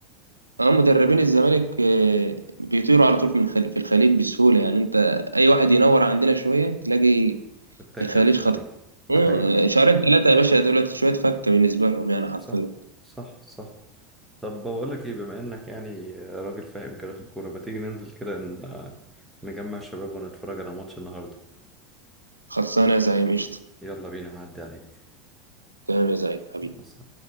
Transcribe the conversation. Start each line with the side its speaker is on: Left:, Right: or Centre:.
Right: اه مدربين الزمالك آه، بيطيروا على طول من الخل- في الخليج بسهوله يعني انت اي واحد ينور عندنا شويه تلاقي
Centre: بتتاخد
Right: الخليج
Centre: في خارجي ده
Right: مم،
Centre: حقيقي
Right: شهرين ثلاثة يا باشا دولت شوية فكة بالنسبة لهم يعني حرفيا
Centre: صح صح صح طب بقول لك ايه بما انك يعني راجل فاهم كده في الكورة ما تيجي ننزل كده ن- نجمع الشباب ونتفرج على ماتش النهاردة
Right: خلصانة يا زعيم قشطة
Centre: يلا بينا هعدي عليك
Right: تمام يا زعيم حبيبي
Centre: يلا،